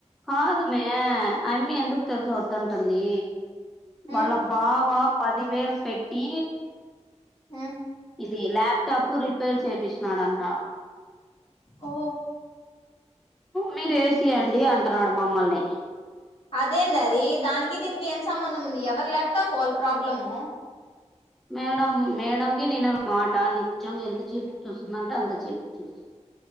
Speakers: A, in the centre; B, on the left.
A: కాదు మే అయమ్మి ఎందుకు తెలుసా వద్దంటుంది టుమ్ది వాళ్ళ
B: ఉమ్
A: బావా పదివేలు పెట్టి
B: ఉమ్
A: ఇది ల్యాప్టాప్ రిపేర్ చేపించినాడంట
B: ఓ
A: మీరు ఏసి అండి అంటున్నాడు మమ్మల్ని
B: అదేం అది దానికి దీనికి ఏం సంబంధం ఉంది ఎవరి ల్యాప్టాప్ వాళ్ళ ప్రాబ్లము
A: మేడం మేడకి నేను మాట నిజంగా ఎంత చీపుకి చూస్తుందంటే అంత చీపు చూస్తా